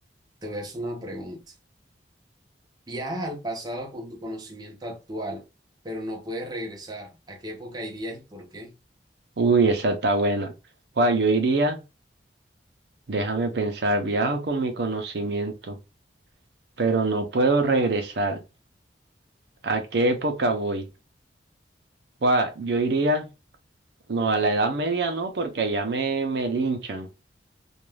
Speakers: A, on the right; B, on the right.
A: te voy a hacer una pregunta. Viajas al pasado con tu conocimiento actual, pero no puedes regresar. ¿A qué época irías y por qué?
B: Uy, esa está buena. Guay, yo iría, déjame pensar, viajo con mi conocimiento, pero no puedo regresar. ¿A qué época voy? Guay, yo iría. No, a la Edad Media no, porque allá me, me linchan.